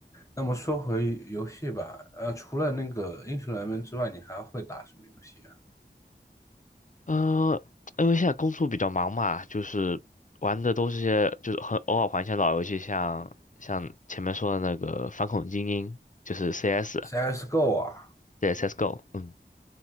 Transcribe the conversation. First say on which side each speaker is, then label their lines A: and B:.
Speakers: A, on the left; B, on the left.
A: 那么说回游戏吧，呃，除了那个英雄联盟之外，你还会打什么游戏啊？
B: 呃，因为现在工作比较忙嘛，就是玩的都是些就是很偶尔玩一些老游戏像，像前面说的那个《反恐精英》，就是 CS，
A: CSGO 啊，
B: 对 CS:GO，嗯，